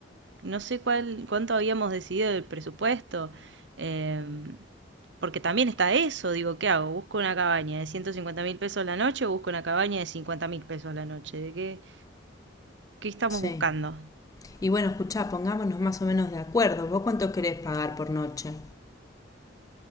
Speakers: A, on the right; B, on the left.
A: no sé cuál, cuánto habíamos decidido del presupuesto. Em, Porque también está eso, digo, ¿qué hago? ¿Busco una cabaña de 150 mil pesos la noche o busco una cabaña de 50 mil pesos la noche? ¿De qué, qué estamos
B: Sí.
A: buscando?
B: Y bueno, escuchá, pongámonos más o menos de acuerdo. ¿Vos cuánto querés pagar por noche?